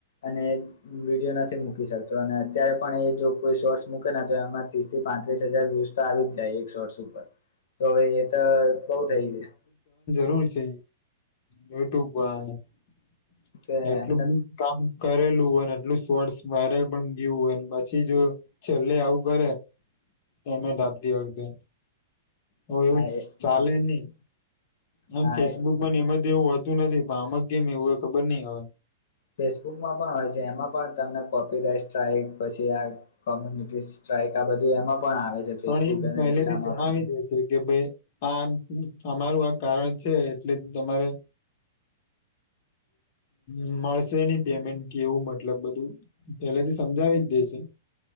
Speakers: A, on the left; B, on the left.
A: અને બીજો તે નથી મૂકી શકતો અને અત્યારે પણ એ જો કોઈ શોર્ટ્સ મૂકે ને તે એમાં ત્રીસ થી પાંત્રીસ હજાર વ્યૂસ આવી જાય એકસોર્ષ ઉપર તો હવે એ તો બહુ થઈ ગયુ
B: હું છે, યુટ્યુબવાડા નુ <unintelligible>
A: કે એમને
B: કામ કરેલું અને એટલું શોર્ટસ વાયરલ પણ ગયું હોય પછી જો છેલ્લે આવું કરે પેમેન્ટ આપતી વખતે, હ
A: હા
B: એવું
A: એ
B: ચાલે નહી આમ
A: હા
B: ફેસબુક
A: એ
B: મા એમાંથી એવું હોતું નથી આમા કે એવું ખબર ની હવે
A: ફેસબુકમાં પણ હોય છે એમાં પણ તમને કોપીરાઈ સ્ટ્રાઈક પછી આ કોમ્યુનિટીસ સ્ટ્રાઈક આ બધી એમાં પણ આવે છે ફેસબુક
B: પણ એ
A: અને
B: પહેલેથી
A: ઇન્સ્ટામાં
B: જણાવી
A: પણ
B: દે છે કે ભે હા, અમારુ આ કારણ છે એટલે તમારે મ-મળશે નઈ પેમેન્ટ કેવું મતલબ બધું પેલેથી સમજાવી દેશે